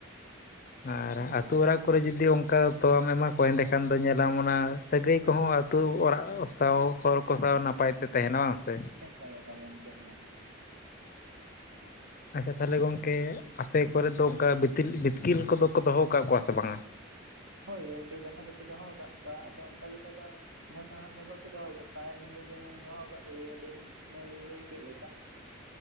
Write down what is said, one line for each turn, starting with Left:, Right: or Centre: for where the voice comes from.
Left: ᱟᱨ
Right: ᱦᱳᱭ
Left: ᱟᱹᱛᱩ ᱚᱲᱟᱜᱽ, ᱠᱚᱨᱮ ᱡᱩᱫᱤ ᱚᱱᱠᱟ ᱛᱳᱣᱟᱢ ᱮᱢᱟ ᱠᱚᱣᱟ, ᱮᱸᱰᱮᱠᱷᱟᱱ ᱫᱚ ᱧᱮᱞᱟᱢ ᱚᱱᱟ ᱥᱟᱹᱜᱟᱹᱭ ᱠᱚᱦᱚᱸ ᱟᱹᱛᱩ ᱚᱲᱟᱜ ᱚᱦ, ᱛᱟᱶ ᱦᱚᱲ ᱠᱚ ᱥᱟᱶ ᱱᱟᱯᱟᱭ ᱛᱮ ᱛᱟᱦᱮᱱᱟ ᱵᱟᱝ ᱥᱮ?
Right: ᱮᱠᱟᱞ ᱮᱠᱟᱞ ᱜᱚᱢᱠᱮ ᱦᱚᱭ,
Left: ᱟᱪᱪᱷᱟ ᱛᱟᱦᱚᱞᱮ ᱜᱚᱝᱠᱮ ᱟᱯᱮ ᱠᱚᱨᱮᱫ ᱫᱚ ᱚᱱᱠᱟ ᱵᱤᱛᱤᱞ, ᱵᱤᱛᱠᱤᱞ ᱠᱚᱫᱚ ᱠᱚ ᱫᱚᱦᱚ ᱠᱟᱠᱚᱣᱟ ᱥᱮ ᱵᱟᱝᱟ?
Right: ᱦᱳᱭ ᱜᱚᱝᱠᱮ ᱫᱚᱦᱚ ᱫᱚᱠᱚ ᱫᱚᱦᱚ ᱟᱠᱟᱫ ᱠᱚᱣᱟ ᱟᱫᱚ ᱚᱱᱠᱟ ᱞᱮᱠᱟ ᱫᱚ ᱡᱷᱚᱛᱚ ᱦᱚᱲ ᱫᱚ ᱵᱟᱠᱚ ᱫᱚᱦᱚ ᱠᱟᱫ ᱠᱚᱣᱟ ᱾ ᱟᱹᱞᱤᱧ ᱫᱚ ᱡᱮᱢᱚᱱ ᱫᱚᱦᱚ ᱟᱠᱟᱫ ᱠᱚᱜᱮᱭᱟᱞᱤᱧ ᱚᱱᱮᱞᱤᱧ ᱞᱟᱹᱭ ᱠᱮᱫ ᱞᱮᱠᱟ ᱾